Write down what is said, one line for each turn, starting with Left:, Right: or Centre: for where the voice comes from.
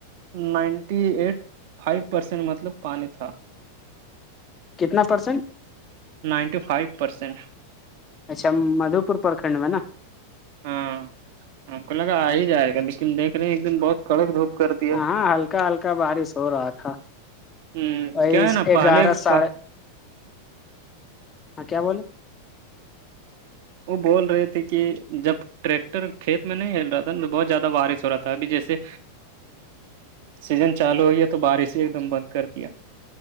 Right: نائنٹی ایٹ فائیو پرسینٹ مطلب پانی تھا
Left: کتنا پرسینٹ
Right: نائنٹی فائیو پرسینٹ
Left: اچھا مدو پور پرکھنڈ میں نا
Right: ہاں ہم کو لگا آ ہی جائے گا لیکن دیکھ رہے ہیں ایک دم بہت کڑک دھوپ کرتی ہے
Left: ہاں ہلکا ہلکا بارش ہو رہا تھا
Right: ہ
Left: وہی
Right: کیا ہے نا پہلے
Left: گیارہ ساڑھے
Right: کیا
Left: ہاں کیا بولے
Right: وہ بول رہے تھے کہ جب ٹریکٹر کھیت میں نہیں ہل رہا تھا تو بہت زیادہ بارش ہو رہا تھا ابھی جیسے ہسیزن چالو ہو گیا تو بارش ہی ایک دم بند کر دیا